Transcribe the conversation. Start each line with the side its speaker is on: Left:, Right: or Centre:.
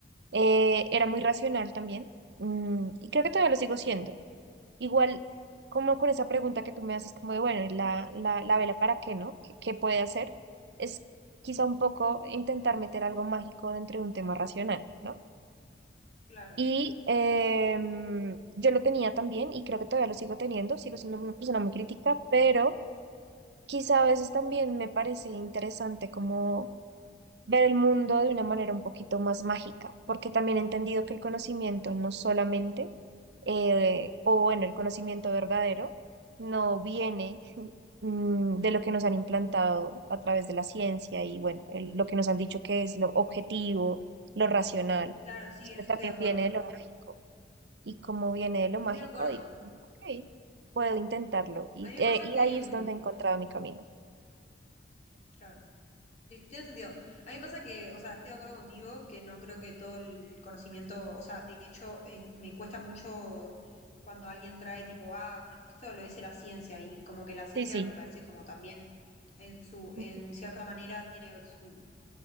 Right: eh, era muy racional también, mm, y creo que todavía lo sigo siendo. Igual, como con esa pregunta que tú me haces, como de, bueno, ¿y la, la, la vela para qué, ¿no? ¿Qué, qué puede hacer? Es quizá un poco intentar meter algo mágico dentro de un tema racional, ¿no?
Left: Claro,
Right: Y em, yo lo tenía también, y creo que todavía lo sigo teniendo, sigo siendo una persona muy crítica, pero quizá a veces también me parece interesante como ver el mundo de una manera un poquito más mágica, porque también he entendido que el conocimiento no solamente, eh, o bueno, el conocimiento verdadero, no viene mm, de lo que nos han implantado a través de la ciencia y bueno, el- lo que nos han dicho que es lo objetivo, lo racional,
Left: claro, sí,
Right: sino
Left: eso
Right: también
Left: estoy de acuerdo.
Right: viene de lo mágico. Y como viene de lo
Left: Estoy
Right: mágico,
Left: de acuerdo.
Right: digo, como, ok, puedo intentarlo. Y,
Left: A mí me
Right: eh,
Left: pasa
Right: y
Left: que,
Right: ahí es
Left: mm,
Right: donde he encontrado mi camino.
Left: claro, sí, tiene sentido. A mí me pasa que, o sea, estoy de acuerdo contigo, que no creo que todo el conocimiento, o sea, de hecho, eh, me cuesta mucho cuando alguien trae tipo, ah, bueno, porque esto lo dice la ciencia y como que la ciencia
Right: Sí, sí.
Left: me parece como también en su,
Right: Ujú,
Left: en cierta manera tiene su